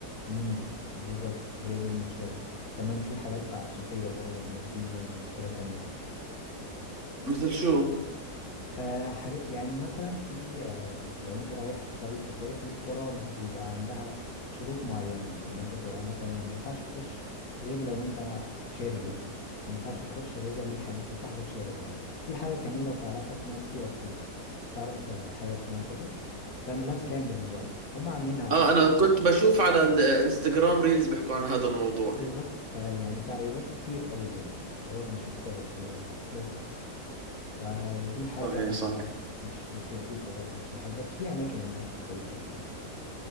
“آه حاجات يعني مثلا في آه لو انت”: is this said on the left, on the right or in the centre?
Left